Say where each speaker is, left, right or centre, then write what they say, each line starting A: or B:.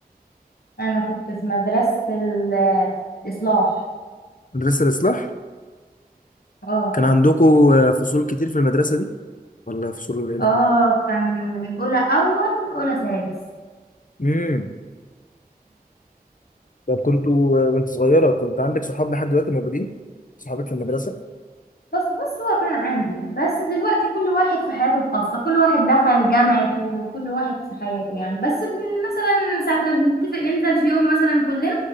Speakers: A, on the left (about 70°); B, on the left (about 55°).
A: انا كنت في مدرسة ال- الإصلاح
B: مدرسه الاصلاح
A: اه
B: كان عندكم آه، فصول كتير في المدرسه دي ولا فصول قليله
A: اه كان من أولى أول أولى ثالث
B: امم طب كنتوا وانت صغيرة كنت عندك صحاب لحد دلوقتي موجودين؟ صحابك في المدرسة؟
A: بس بس هو كان عندي بس دلوقتي كل واحد في حياته الخاصة كل واحد دخل جامعته وكل واحد في حياته يعني بس بن- مثلا ساعة ما بنتفق ننزل في يوم مثلا كلنا